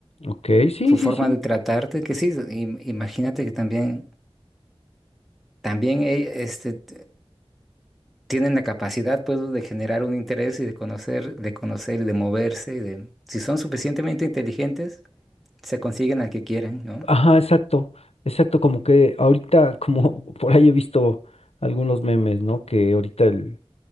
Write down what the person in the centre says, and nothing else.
su forma
de tratarte, que sí, im- imagínate que también, también eh, este, t- tienen la capacidad pues, de generar un interés y de conocer, de conocer y de moverse. y de, si son suficientemente inteligentes, se consiguen al que quieren, ¿no?